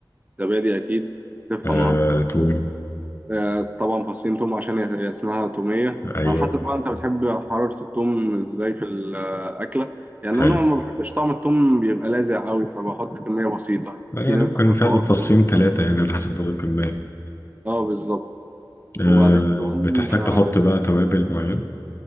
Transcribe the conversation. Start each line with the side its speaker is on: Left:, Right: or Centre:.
Right: زبادي اكيد تفهمها
Left: آه توم
Right: آه، آه، طبعا فصين توم عشان هي اسمها توميه
Left: ايوه
Right: على حسب بقى انت بتحب حراره التوم ازاي في الاكله يعني
Left: حلو
Right: انا ما بحبش طعم التوم بيبقى لاذع قوي فبحط كميه بسيطه
Left: آه، يعني
Right: في ناس
Left: ممكن
Right: بتحبه
Left: فعلا
Right: اكتر
Left: فصين ثلاثة يعني على حسب برضه الكمية
Right: اه بالظبط
Left: آه
Right: وبعدين توم
Left: بتحتاج
Right: آه،
Left: تحط بقى توابل معينة